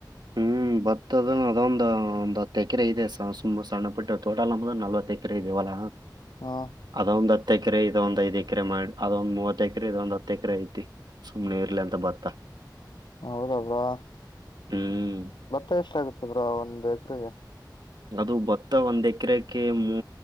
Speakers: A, on the right (about 65°); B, on the left (about 70°).
A: ಹ್ಮ್ ಬತ್ತದ ಅದೊಂದು ಒಂದ್ ಹತ್ತೆಕ್ರೆ ಇದೆ <unintelligible> ತುಂಬಾ ಸಣ್ಣ ಪುಟ್ಟ ತೋಟಲ್ ನಮದು ನಲ್ವತ್ತ ಎಕರೆ ಇದೆ ಹೊಲ
B: ಹಾ
A: ಅದ ಒಂದ ಹತ್ ತ್ತ ಎಕರೆ ಇದ ಒಂದ್ ಐದ ಎಕರೆ ಮಾಡಿ ಅದೊಂದ ಮೂವತ್ತ ಎಕರೆ ಇದೊಂದ್ ಹತ್ತ ಎಕರೆ ಐತಿ ಸುಮ್ನೆ ಇರ್ಲಿ ಅಂತ ಬತ್ತಾ.
B: ಹೌದಾ ಬ್ರೋ
A: ಹ್ಮ್
B: ಬತ್ತ ಎಷ್ಟ ಆಗುತ್ತ ಬ್ರೋ ಒಂದ್ ಎಕ್ರೆಗೆ.
A: ಅದು ಬತ್ತ ಒಂದ್ ಎಕರೆಕ್ಕೆ ಮೂ